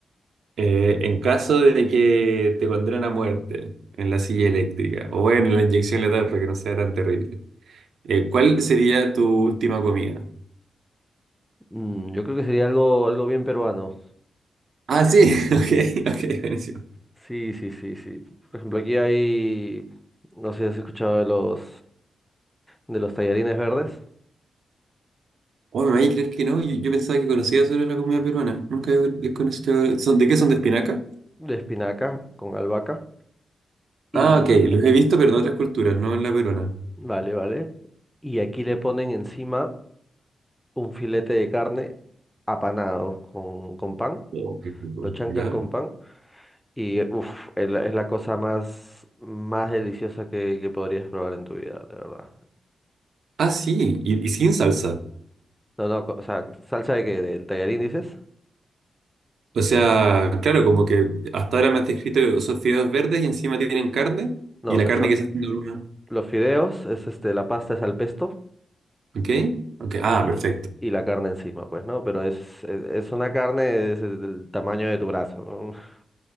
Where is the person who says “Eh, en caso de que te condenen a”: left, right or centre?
Right